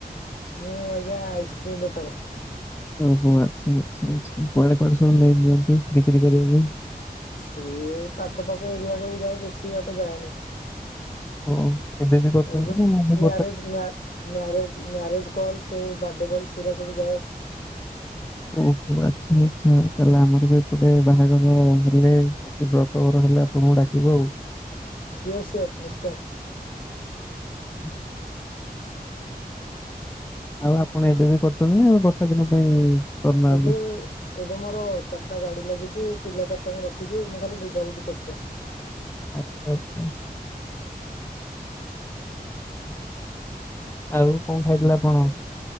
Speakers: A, on the left; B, on the left.
A: ମୁଁ ଆଜ୍ଞା ଆଇସକ୍ରିମ୍ ବେପାର
B: ଓହୋ ଆଚ୍ଛା ଆଚ୍ଛା ଆଚ୍ଛା କୁଆଡେ କୁଆଡେ ସବୁ ନେଇ ନିିଅନ୍ତି ବିକ୍ରି କରିବା ପାଇଁ
A: ସେଇ ପାଖ ପାଖ ଏରିଆ ସବୁ ଯାଏ ବେଶୀ ବାଟ ଯାଏନି
B: ହଉ ଏବେ ବି କରୁଛନ୍ତି
A: ଏଇ ଯୋଉ
B: ନା ମୁଁ
A: ମ୍ୟାରେଜ ମ୍ୟା ମ୍ୟାରେଜ ମ୍ୟାରେଜ କଲ ସେ ବାର୍ଥଡେ କଲ୍ ସେଟା ସବୁ ଯାଏ
B: ଓହୋ ଆଚ୍ଛା ଆଛା ତାହେଲେ ଆମର ବି ଏପଟେ ବାହାଘର ହେଲେ ବ୍ରତଘର ହେଲେ ଆପଣଙ୍କୁ ଡାକିବୁ ଆଉ
A: ସିଓର ସାର ନିଶ୍ଚୟ
B: ହଁ ଆଉ ଆପଣ ଏବେ ବି କରୁଛନ୍ତି ନା ଏ ବର୍ଷା ଦିନ ପାଇଁ କରୁନାହାନ୍ତି
A: ଏବେ ଏବେ ମୋର ଚାରିଟା ଗାଡି ଲାଗିଛି ପିଲା ଚାରିଟାଙ୍କୁ ରଖିଛି ମୁଁ ଖାଲି ବୁଝାବୁଝି କରୁଛି
B: ଆଚ୍ଛା ଆଚ୍ଛା ଆଉ କଣ ଖାଇଥିଲେ ଆପଣ